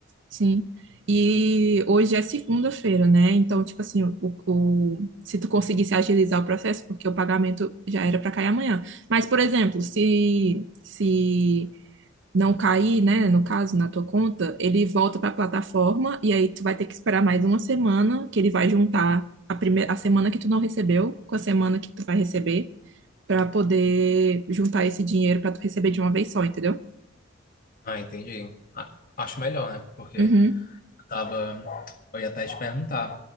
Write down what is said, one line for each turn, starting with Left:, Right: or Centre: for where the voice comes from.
Right: sim. E hoje é segunda-feira, né? Então, tipo assim, o, o- se tu conseguisse agilizar o processo, porque o pagamento já era para cair amanhã. Mas, por exemplo, se, se não cair, né, no caso, na tua conta, ele volta para a plataforma e aí tu vai ter que esperar mais uma semana que ele vai juntar a primeira, a semana que tu não recebeu com a semana que tu vai receber para poder juntar esse dinheiro para tu receber de uma vez só, entendeu?
Left: Ah, entendi. Ah, Acho melhor, né? Porque
Right: Uhum.
Left: Tava, eu ia até te perguntar,